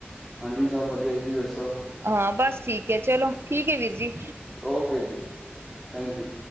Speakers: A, in the centre; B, on the right (about 75°).
A: ਹਾਂਜੀ ਸਭ ਵਧੀਆ ਜੀ ਤੁਸੀਂੱਸੋ।
B: ਹਾਂ ਬਸ ਠੀਕ ਹੈ ਚਲੋ ਠੀਕ ਹੈ ਵੀਰ ਜੀ।
A: ਓਕੇ ਜੀ। Thank you.